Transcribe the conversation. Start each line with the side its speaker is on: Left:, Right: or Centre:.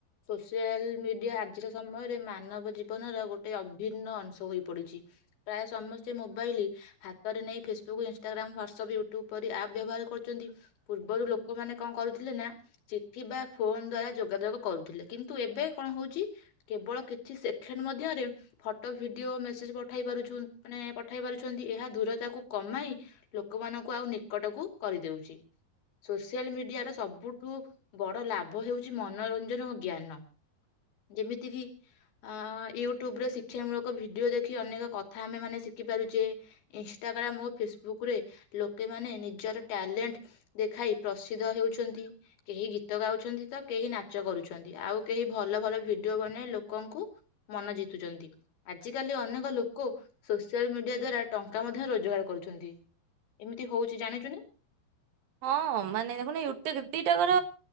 Left: ସୋସିଆଲ ମିଡିଆ ଆଜିର ସମୟରେ ମାନବ ଜୀବନର ଗୋଟେ ଅଭିନ୍ନ ଅଂଶ ହୋଇ ପଡିଛି ପ୍ରାୟ ସମସ୍ତେ ମୋବାଇଲି ହାତରେ ନେଇ ଫେସବୁକ୍ ଇନଷ୍ଟାଗ୍ରାମ୍ ହ୍ୱାଟସଆପ୍ ୟୁଟ୍ୟୁବ ପରି ଆପ୍ ବ୍ୟବହାର କରୁଚନ୍ତି ପୂର୍ବରୁ ଲୋକମାନେ କଣ କରୁଥି ଥିଲେ ନା ଚିଠି ବା ଫୋନ ଦ୍ଵାରା ଯୋଗାଯୋଗ କରୁଥିଲେ କିନ୍ତୁ ଏବେ କଣ ହୋଉଚି କେବଳ କିଛି ସେଖେଣ୍ଡ୍ ମଧ୍ୟରେ ଫଟୋ ଭିଡିଓ ମେସେଜ ପଠାଇପାରୁଛୁ ମାନେ ପଠାଇପାରୁଛନ୍ତି ଏହା ଦୂରତାକୁ କମାଇ ଲୋକମାନଙ୍କୁ ଆଉ ନିକଟକୁ କରିଦେଉଚି ସୋସିଆଲ ମିଡିଆର ସବୁଠୁ ବଡ଼ ଲାଭ ହେଉଚି ମନୋରଞ୍ଜନ ଓ ଜ୍ଞାନ ଯେମିତିକି ଅ ୟୁଟ୍ୟୁବରେ ଶିକ୍ଷା ମୂଳକ ଭିଡ଼ିଓ ଦେଖି ଅନେକ କଥା ଆମେମାନୋନ ଶିଖିପାରୁଚେ ଇନଷ୍ଟାଗ୍ରାମ୍ ଓ ଫେସବୁକ୍ରରେ ଲୋକେମାନେ ନିଜର ଟ୍ୟାଲେଣ୍ଟ ଦେଖାଇ ପ୍ରସିଦ୍ଧ ହେଉଛ ନ୍ତି କେହି ଗୀତ ଗାଉଛନ୍ତି ତ କେହି ନାଚ କରୁଛନ୍ତି ଆଉ କେହି ଭଲ ଭଲ ଭିଡିଓ ବନେଇ ଲୋକଙ୍କୁ ମନ ଜିତୁଚନ୍ତି ଆଜିକାଲି ଅନେକ ଲୋକ ସୋସିଆଲ ମିଡିଆ ଦ୍ଵାରା ଟଙ୍କା ମଧ୍ୟ ରୋଜଗାର କରୁଛନ୍ତି ଏମିତି ହୋଉଚି ଜାଣିଚୁ ନା।
Right: ହଁ ମାନେ ଦେଖୁନୁ ୟୁଟିକ ଦିଟାକର